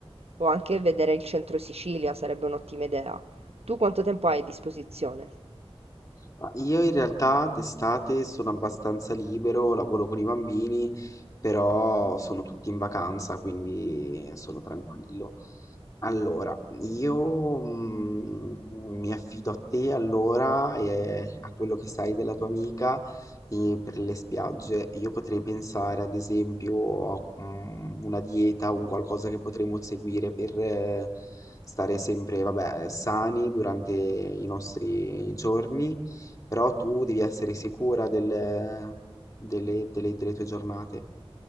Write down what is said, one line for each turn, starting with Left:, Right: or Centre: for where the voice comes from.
Right: O anche vedere il centro Sicilia sarebbe un'ottima idea. Tu quanto tempo hai a disposizione?
Left: Ma Io in realtà d'estate sono abbastanza libero, lavoro con i bambini, però sono tutti in vacanza, quindi sono tranquillo. Allora, io mm, mi affido a te allora e a quello che sai della tua amica e per le spiagge. Io potrei pensare ad esempio a mm, una dieta, un qualcosa che potremmo seguire per eh, stare sempre, vabbè, sani durante i nostri giorni però tu devi essere sicura delle, delle- delle- delle tue giornate.